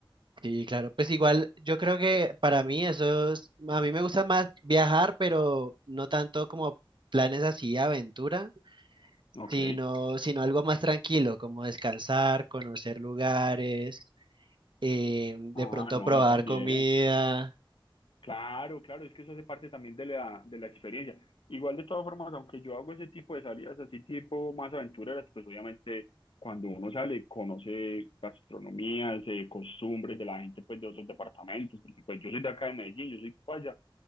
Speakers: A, on the right (about 60°); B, on the left (about 70°).
A: Sí, claro, pues igual yo creo que para mí eso es, a mí me gusta más viajar, pero no tanto como planes así, aventura,
B: ok.
A: sino, sino algo más tranquilo, como descansar, conocer lugares, eh, de
B: Ah,
A: pronto
B: no,
A: probar
B: a mí también.
A: comida.
B: Claro, claro, es que eso hace parte también de la, de la experiencia. Igual de todas formas, aunque yo hago ese tipo de salidas así tipo más aventureras, pues obviamente cuando uno sale conoce gastronomías, eh, costumbres de la gente pues de otros departamentos, porque pues yo soy de acá de Medellín, yo soy paisa,